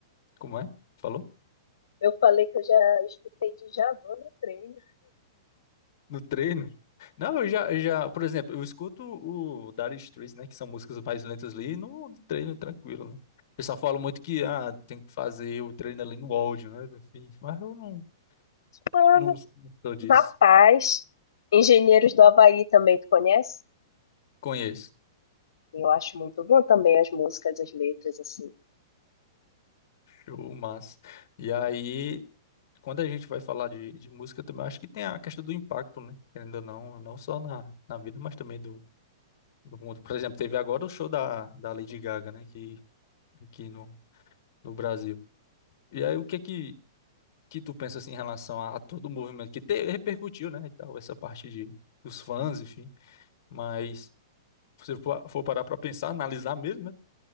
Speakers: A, on the left; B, on the left.
A: Como é? Falou?
B: Eu falei que eu já escutei Djavan no treino.
A: No treino? Não, eu já, eu já, por exemplo, eu escuto o Dire Straits, né, que são músicas mais lentas ali, no treino tranquilo, né? O pessoal fala muito que, ah, tem que fazer o treino ali no áudio, né, enfim, mas eu não,
B: Ah,
A: não sou disso.
B: Rapaz, Engenheiros do Havaí também tu conhece?
A: Conheço.
B: Eu acho muito bom também as músicas, as letras, assim.
A: Show, massa. E aí, quando a gente vai falar de, de música, eu também acho que tem a questão do impacto, né? Querendo ou não, não só na, na vida, mas também do, do mundo. Por exemplo, teve agora o show da, da Lady Gaga, né? Que, aqui no, no Brasil. E aí, o que é que, que tu pensa assim, em relação a, a todo o movimento que te, repercutiu, né? E tal, essa parte de, dos fãs, enfim. Mas se você for for parar pra pensar, analisar mesmo, né?